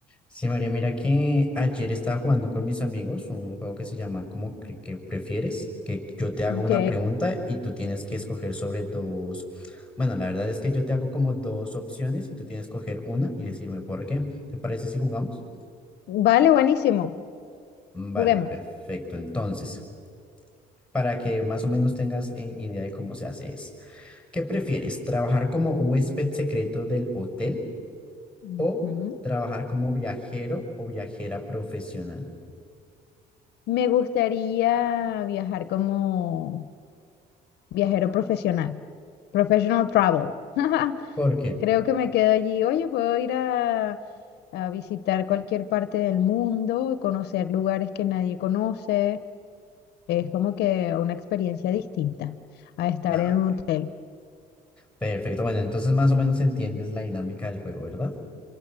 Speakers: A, in the centre; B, on the left.
A: Sí, María, mira que ayer estaba jugando con mis amigos un juego que se llama como que, que prefieres, que yo te hago
B: Ok,
A: una pregunta y tú tienes que escoger sobre dos. Bueno, la verdad es que yo te hago como dos opciones y tú tienes que escoger una y decirme por qué. ¿Te parece si jugamos?
B: vale, buenísimo.
A: Mm, Vale,
B: Juguemos.
A: perfecto. Entonces, para que más o menos tengas eh, idea de cómo se hace es, ¿qué prefieres? ¿Trabajar como huésped secreto del hotel
B: Ujú.
A: o trabajar como viajero o viajera profesional?
B: Me gustaría viajar como viajero profesional, professional travel. <laughs>
A: ¿Por qué?
B: Creo que me quedo allí. Oye, puedo ir a, a visitar cualquier parte del mundo, conocer lugares que nadie conoce. Es como que una experiencia distinta a estar
A: Ah,
B: en
A: ok.
B: un hotel.
A: Perfecto, bueno, entonces más o menos entiendes la dinámica del juego, ¿verdad?